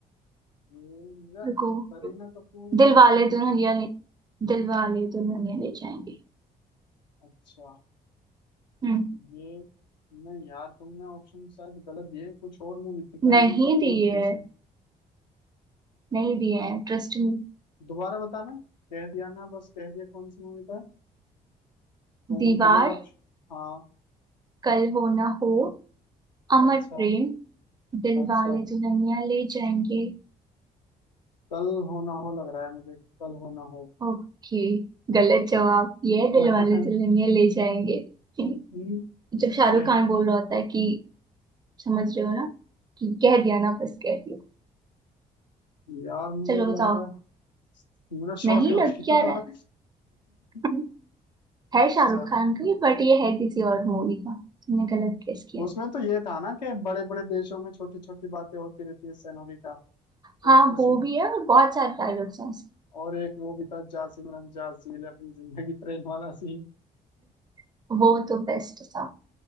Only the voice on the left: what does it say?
ये मेरा
<laughs> करीना कपूर
ऐसे ही कुछ
अच्छा
ये नहीं यार तुमने ऑप्शन शायद गलत दिए कुछ और मूवी थी करीना
कपूर
थी उसमें
ये
का-
दोबारा बताना कह दिया ना बस कह दिया कौन सी मूवी का है? तुम
दोबारा ऑप्शन हाँ
अच्छा
अच्छा
कल हो ना हो लग रहा है मुझे कल हो ना हो
<laughs>
हम्म,
क्या?
यार मुझे
लग
रहा है मुझे शौक
लग
गया
<laughs>
अच्छा
उसमें तो ये था ना कि बड़े बड़े देशों में छोटी छोटी बातें होती रहती है सेनोरिटा
वो उस
और एक वो भी था जा सिमरन जा जी ले अपनी जिंदगी ट्रेन वाला सीन